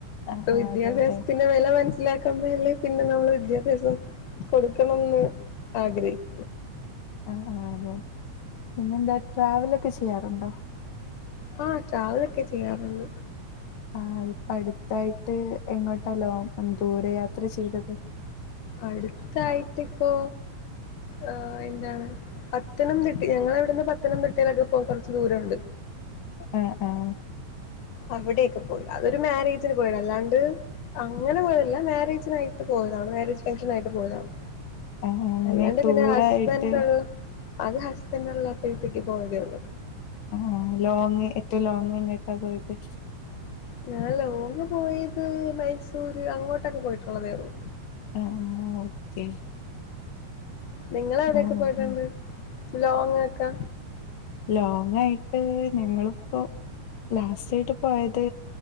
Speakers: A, on the left; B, on the left.
A: ആഹ് ആഹ്
B: വിദ്യാഭ്യാസത്തി
A: അതെ അതെ
B: പിന്നെ വെല മനസ്സിലാക്കാൻ മേലേ, പിന്നെ നമ്മൾ വിദ്യാഭ്യാസം കൊടുക്കണംന്ന് ആഗ്രഹിക്
A: ആഹ ആഹ് അതെ, പിന്നെന്താ ട്രാവലൊക്കെ ചെയ്യാറുണ്ടോ?
B: ആഹ, ട്രാവലൊക്കെ ചെയ്യാറുണ്ട്.
A: ആഹ്, ഇപ്പ അടുത്തായിട്ട് എങ്ങോട്ട ലോ ദൂര യാത്ര ചെയ്തത്?
B: അടുത്തായിട്ട് ഇപ്പോ? ആ പിന്നെ, പത്തനംതിട്ടി ഞങ്ങള ഇവിടുന്ന് പത്തനംതിട്ടയിലൊക്കെ പോകാൻ കൊറച്ച് ദൂരം ഉണ്ട്.
A: ആഹ ആഹ.
B: അവിടെയൊക്കെ പോയി, അതൊരു മാരേജിന് പോയിത. അല്ലാണ്ട്? അങ്ങനെ പോയതല്ല, മാരേജിനായിട്ട് പോയതാണ്, മാരേജ് ഫംഗ്ഷന ആയിട്ട് പോയതാണ്.
A: ആഹ് ആഹ് അങ്ങനെ
B: അല്ലാണ്ട്
A: ടൂറായിട്ട്
B: പിന്നെ ഹസ്ബന്റ്... അത് ഹാസ്ബാൻ്റെ ഒള്ളാപ്പാത്തേക്ക് പോയതേ ഒള്ളൂ
A: ആഹ് ലോങ്ങ് ഏറ്റോം ലോങ് എയിന്ട പോയത്.
B: ഞാൻ ലോങ്ങ് പോയത് മൈസൂര് അങ്ങോട്ടൊക്കെ പോയിട്ടാതോ ഒള്ളു
A: ആഹ് ആഹ് ഓക്കെ
B: നിങ്ങള് എവിടെക്കെ
A: ആഹ്
B: പോയിട്ട് ഇണ്ട് ലോങ്ങ്ക്കാ
A: ലോങ് ആയിട്ട് ഞങ്ങള് പ്പോ ലാസ്റ്റ് ആയിട്ട് പോയത്